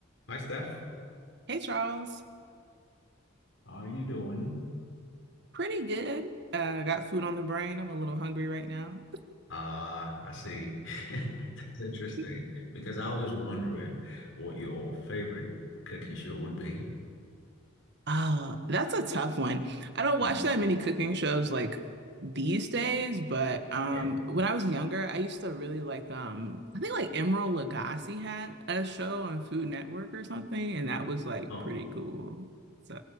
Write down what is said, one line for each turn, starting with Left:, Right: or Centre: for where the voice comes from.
Left: Hi, Steph.
Right: Hey Charles,
Left: How are you doing?
Right: pretty good. Uh, got food on the brain. I'm a little hungry right now.
Left: Ah, I see. <laughs> That's interesting
Right: <laughs>
Left: because I was just wondering what your favorite cooking show would be.
Right: Oh, that's a tough one. I don't
Left: Mhm.
Right: watch that many cooking shows like these days, but um,
Left: Yeah.
Right: when I was younger, I used to really like um, I think like Emeril Lagasse had a show on Food Network or something, and that was like
Left: Oh,
Right: pretty cool. So